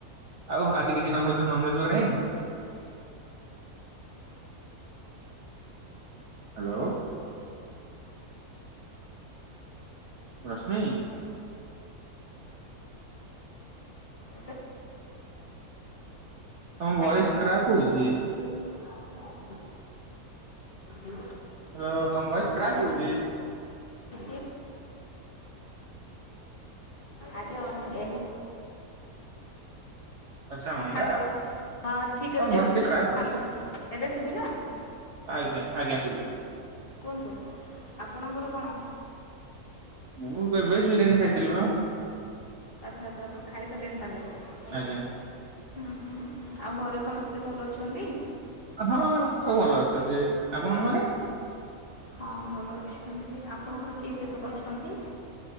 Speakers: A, on the right (about 55°); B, on the left (about 40°).
A: ଆଉ ଆଜି କିଛି ନଭେଜ ନନଭେଜ୍ ବଗେରା ହେଇନି? ହ୍ୟାଲୋ। ରଶ୍ମି।
B: ଏବେ
A: ତମ
B: ଖାଇନି
A: ଭଏସ କ୍ରାକ୍ ହଉଛି।
B: <unintelligible> <unintelligible>
A: ହ୍ୟାଲୋ, ତମ ଭଏସ କ୍ରାକ
B: ହୁଁ
A: ହଉଛି।
B: ହେଇଛି ଆଜି ଅନ୍ ଏ
A: ଆଚ୍ଛା ଅଣ୍ଡା
B: ହ୍ୟାଲୋ, ହଁ ଠିକ
A: ତମ
B: ଅଛି
A: ଭଏସ
B: ଆ ଶୁବିଲା,
A: ଟିକେ କ୍ରାକ୍ ହଉଛି।
B: ଏବେ ଶୁଭିଲା?
A: ଆଜ୍ଞା ଆଜ୍ଞା, ଶୁଭିଲା।
B: କୁହନ୍ତୁ ଆପଣଙ୍କର କଣ?
A: ମୁଁ ବେ ଭେଜ ବିରିୟାନୀ ଖାଇଥିଲି ପା।
B: ଆଛା ଆଚ୍ଛା, ଆପଣ ଖାଇସାରିଲେଣି ତାହେଲେ
A: ଆଜ୍ଞା
B: ହୁଁ ହୁଁ ଆଉ ଘରେ ସମସ୍ ତେ ଭଲ ଅଛନ୍ତି?
A: ହଁ ସବୁ ଭଲ ଅଛନ୍ତି, ଆପଣଙ୍କ ଘରେ?
B: ହଁ ଭଲ ଅଛନ୍ତି, ଆପଣଙ୍କର କିଏ କିଏ ସବୁ ଅଛନ୍ତି?